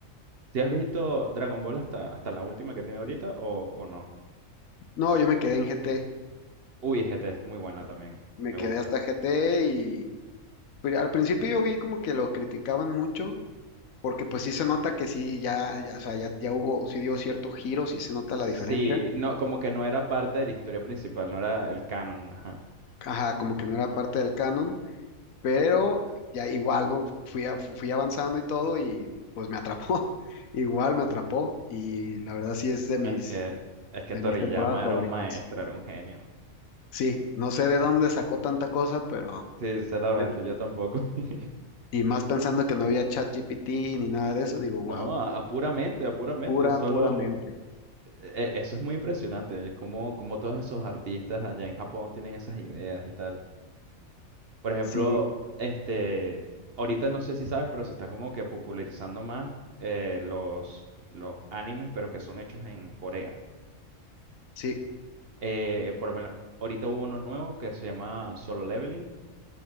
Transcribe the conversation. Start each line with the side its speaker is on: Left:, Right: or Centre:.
Right: ¿si has visto Dragon Ball hasta, hasta la última que tiene ahorita o, o no?
Left: No, yo me quedé en GT,
Right: Uy, G T es muy buena también,
Left: me
Right: me
Left: quedé
Right: gusta.
Left: hasta GT y pri- al principio yo vi como que lo criticaban mucho, porque pues sí se nota que sí, ya, ya, o sea, ya, ya hubo, sí dio cierto giro, sí se nota
Right: Sí,
Left: la diferencia
Right: no, como que no era parte de la historia principal, no era el canon, ajá.
Left: ajá, como que no era parte del canon, pero ya igual, ¿no? Fui, a- fu- fui avanzando y todo y pues me atrapó, <laughs> igual me atrapó y la verdad sí es de mis,
Right: Es que, es que
Left: de
Right: Toriyama
Left: mis temporadas favoritas.
Right: era un maestro, era un genio.
Left: Sí, no sé de dónde sacó tanta cosa, pero
Right: Sinceramente,
Left: de-
Right: yo tampoco. <laughs>
Left: y más pensando que no había ChatGPT ni nada de eso, digo,
Right: No,
Left: wow,
Right: a, a puramente, a puramente,
Left: pura,
Right: solo...
Left: puramente.
Right: e- e, eso es muy impresionante, cómo, cómo todos esos artistas allá en Japón tienen esas ideas y tal. Por ejemplo,
Left: Sí,
Right: este, ahorita no sé si sabes, pero se está como que popularizando más eh, los, los animes, pero que son hechos en Corea.
Left: sí.
Right: Eh, por lo menos, ahorita hubo uno nuevo que se llama Solo Leveling,